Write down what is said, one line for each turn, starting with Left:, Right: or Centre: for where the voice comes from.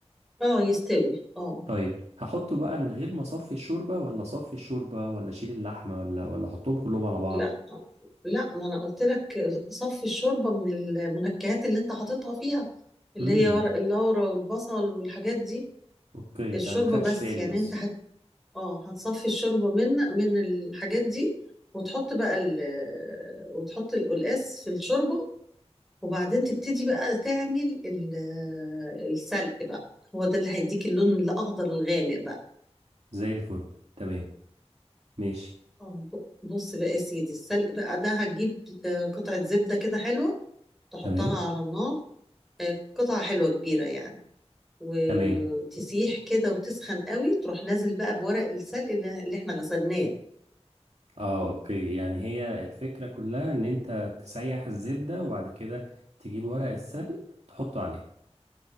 Centre: اه يستوي اه
Right: طيب هحطه بقى من غير ما اصفي الشوربه ولا اصفي الشوربه ولا اشيل اللحمه ولا ولا احطهم كلهم على بعض
Centre: لا آه. لا ما انا قلت لك صفي الشوربة من المنكهات اللي انت حاططها فيها اللي
Right: امم
Centre: هي ورق اللورا والبصل والحاجات دي
Right: اوكي
Centre: الشوربة
Right: تمام خدش
Centre: بس
Right: بالي
Centre: يعني
Right: بس
Centre: انت هت اه هتصفي الشوربة من من الحاجات دي وتحط بقى ال... وتحط القلقاس في الشوربة وبعدين تبتدي بقى تعمل ال- السلق بقى هو ده اللي هيديك اللون الاخضر الغامق بقى
Right: زي الفل تمام ماشي
Centre: اه ب- بص بقى يا سيدي السلق بقى ده هتجيب آه، قطعة زبدة كده حلوة تحطها
Right: تمام
Centre: على النار قطعة حلوة كبيرة يعني وتسيح
Right: تمام
Centre: كده وتسخن قوي تروح نازل بقى بورق السلق اللي اللي احنا غسلناه
Right: اه اوكي يعني هي الفكره كلها ان انت تسيح الزبده وبعد كده تجيب ورق السلق تحطه عليها